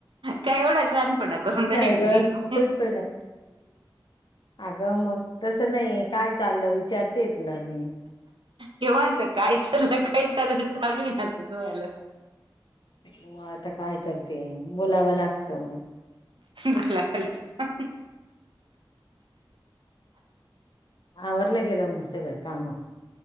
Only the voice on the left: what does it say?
नाही ग
तस अग मग तसं नाही, काय चाललं विचारतेेय तुला मी.
म आता काय करते, बोलावं लागतं मंग.
आवरलं गेलं, मग सगळं काम?